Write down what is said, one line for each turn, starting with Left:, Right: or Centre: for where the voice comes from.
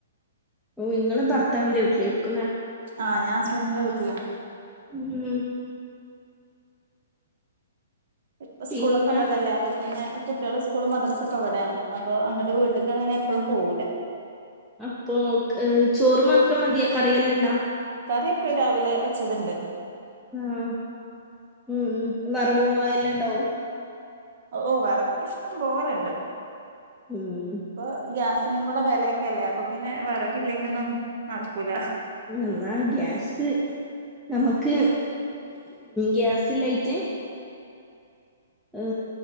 Centre: ഓ ഇങ്ങള് ഭർത്താവിന്റെ വീട്ടിലായിരിക്കും ലേ
Right: ആ ഞാൻ സ് ബൻ്റിന്റെ വീട്ടിലാ
Centre: ഉം
Right: ഇപ്പൊ
Centre: പിന്നെ
Right: സ്കൂളൊക്കെ ഉള്ളതല്ലേ അപ്പ പിന്നെ കുട്ട്യോള് സ്കൂളും മദ്രസൊക്കെ ഇവിടേണ് അപ്പൊ അങ്ങട്ട് വീട്ട്ക്ക് അങ്ങനെ എപ്പഴും പോവൂല
Centre: അപ്പൊ അ് ചോറ് മാത്രം മതിയാ കറിയെല്ലാണ്ടാ
Right: കറിയൊക്കെ രാവിലെ വെച്ചത്ണ്ട്
Centre: ആഹ് ഉം വറവും ആ എല്ലാം ഇണ്ടോ
Right: ഓ വറകൊക്കെഷ്ടം പോലണ്ട്
Centre: ഉം
Right: ഇപ്പൊ ഗ്യാസ് നും കൂടെ വെലയൊക്കെ അല്ലേ അപ്പൊ പിന്നെ വെറകില്ലെങ്കി ഒന്നും നടക്കൂല
Centre: അള്ളാ ഗ്യാസ് നമുക്ക് ഗ്യാസില്ലായ്റ്റ് അ്